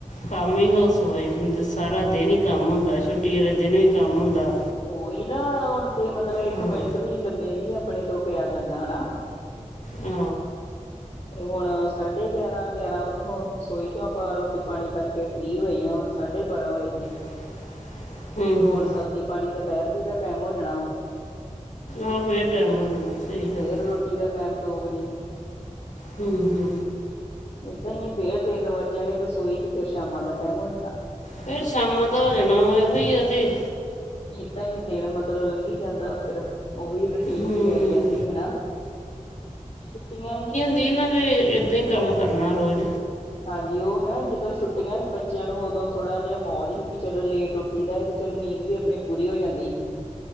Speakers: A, on the left (about 70°); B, on the left (about 50°).
A: ਕੰਮ ਹੀ ਹਾਊਸ ਵਾਈਫ ਨੂੰ ਸਾਰਾ ਦਿਨ ਹੀ ਕੰਮ ਹੁੰਦਾ ਛੁੱਟ ਛੁੱਟੀ ਆਲੇ ਦਿਨ ਵੀ ਕੰਮ ਹੁੰਦਾ।
B: ਓਹੀ ਨਾ ਹੁਣ ਤੇ ਮਤਲਬ ਇੱਕ
A: ਹਾਂ
B: ਮਿੰਟ ਵੀ ਲੰਮੇ ਨੀ ਅਪਣੇ ਤੋਂ ਪਿਆ ਜਾਂਦਾ ਹੈਨਾ!
A: ਹੰ।
B: ਤੇ ਹੁਣ ਸਾਢੇ ਗਿਆਰਾਂ-ਗਿਆਰਾਂ ਓਥੋਂ ਰਸੋਈ ਚੋਂ ਆਪਾਂ ਰੋਟੀ ਪਾਣੀ ਕਰਕੇ ਫ੍ਰੀ ਹੋਏ ਆ ਹੁਣ ਸਾਢੇ ਬਾਰਾਂ ਹੋਏ ਜੇ।
A: <inaudible> ਹੂੰ
B: ਤੇ ਹੁਣ
A: ਹੂੰ
B: ਸਬਜ਼ੀ ਪਾਣੀ ਦੁਪਹਿਰ ਦੇ ਦਾ ਟੈਮ ਹੋ ਜਾਣਾ ਵਾ
A: ਆਹ ਫੇਰ ਟਾਈਮ ਹੋ ਜਾਣਾ ਸਹੀ ਗੱਲ
B: ਫੇਰ
A: ਹੈ।
B: ਰੋਟ ਰੋਟੀ ਦਾ ਟੈਮ ਦੋ ਵਜੇ।
A: ਹੂੰ-ਹੂੰ।
B: ਏਦਾਂ ਈ ਏ ਫੇਰ ਤਿੰਨ ਵੱਜ ਜਾਣੇ ਰਸੋਈ ਚ ਫੇਰ ਸ਼ਾਮਾਂ ਦਾ ਟੈਮ ਹੋ ਜਾਣਾ।
A: ਫਿਰ ਸ਼ਾਮਾਂ ਦਾ ਹੋ ਜਾਣਾ ਵਾ, ਇਹੋਈ ਆ ਤੇ।
B: ਇਦਾਂ ਈ ਦਿਨ ਮਤਲਬ ਲੰਘੀ ਜਾਂਦਾ ਫਿਰ। ਓਹੀ ਰੂਟੀਨ
A: ਹੂੰ
B: ਜੀ ਆਈ ਜਾਂਦੀ ਹੈਨਾ, ਛੁੱਟੀਆਂ ਹੀ
A: ਦੀ ਨਾ ਨੇ ਏਦਾਂ ਹੀ ਕੰਮ ਕਰਨਾ ਰੋਜ਼।
B: ਹਾਂਜੀ ਓ ਮੈਂ ਜਦੋਂ ਛੁੱਟੀਆਂ ਹੀ ਬੱਚਿਆਂ ਨੂੰ ਓਦੋਂ ਥੋੜਾ ਜਿਹਾ ਮੌਜ ਹੀ ਵੀ ਚਲੋ ਲੇਟ ਉੱਠ ਠੀ ਦਾ ਚਲੋ ਨੀਂਦ ਵੀ ਆਪਣੀ ਪੂਰੀ ਹੋ ਜਾਂਦੀ ਹੀ।